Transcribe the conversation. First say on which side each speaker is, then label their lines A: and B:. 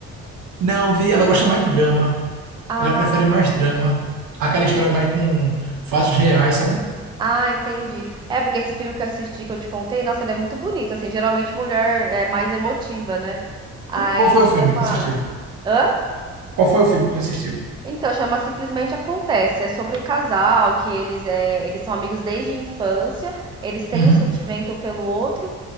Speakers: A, on the right; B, on the right.
A: Não, vi, ela gosta mais de drama.
B: Ah,
A: Ela prefere mais drama. Aquela
B: é...
A: história mais com fatos reais, sabe?
B: ah, entendi. É porque esse filme que eu assisti, que eu te contei, nossa, ele é muito bonito, assim, geralmente mulher é mais emotiva, né? Aí
A: Qu- Qual
B: ele
A: foi o
B: chama.
A: filme que tu assistiu?
B: Hã?
A: Qual foi o filme que tu assistiu?
B: Então, chama Simplesmente Acontece. É sobre um casal que eles, é, eles são amigos desde a infância, eles têm
A: Uhum.
B: um sentimento um pelo outro,